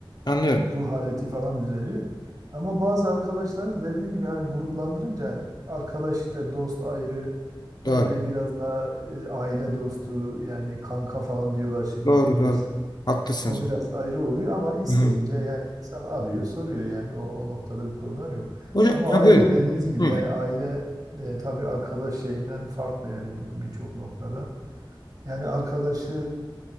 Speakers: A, on the left; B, on the right.
A: Anlıyorum.
B: ruh haleti falan düzeliyor. Ama bazı arkadaşlar dediğim gibi hani gruplandırınca hani arkadaş işte dost ayrı ne
A: Doğru,
B: bileyim biraz daha e, aile dostu yani kanka falan diyorlar şimdiki
A: doğru,
B: gençler.
A: doğru. Haklısınız.
B: O biraz ayrı oluyor ama isteyince
A: Hı hı.
B: yani insan arıyor, soruyor yani o, o noktada bir problem yok.
A: Hocam,
B: Ama
A: ha
B: aile
A: buyurun.
B: dediğiniz gibi
A: Hı
B: yani aile e, tabii arkadaş şeyinden farklı yani bu- birçok noktada. Yani arkadaşı